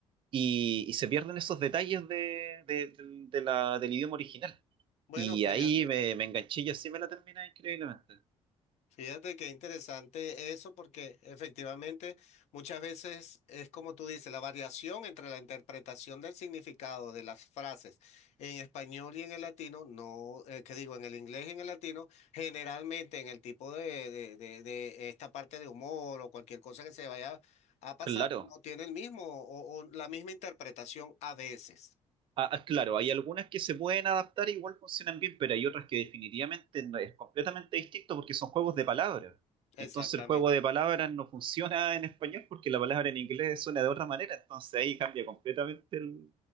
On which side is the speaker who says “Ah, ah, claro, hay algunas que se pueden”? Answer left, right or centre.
Right